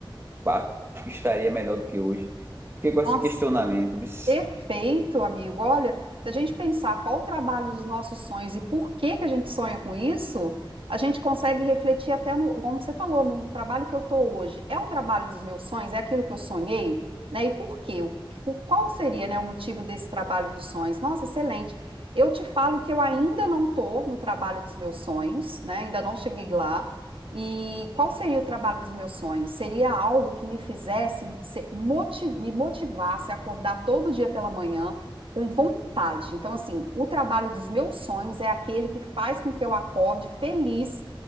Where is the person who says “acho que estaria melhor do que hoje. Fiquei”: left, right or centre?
Right